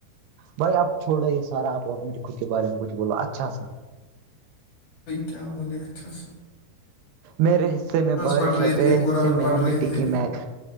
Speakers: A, on the right; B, on the left.
A: بھائی آپ چھوڑے یہ سارا آپ مجے خود کے بارے میں کچھ بولا اچھا سا
B: کیا وولے اتس
A: میرے حصے میں بارش
B: پڑھ رہے
A: ہے ترے
B: تھے قرآن
A: حصے میں
B: پڑھ
A: ہے
B: رہے
A: مٹی
B: تھے
A: کی میک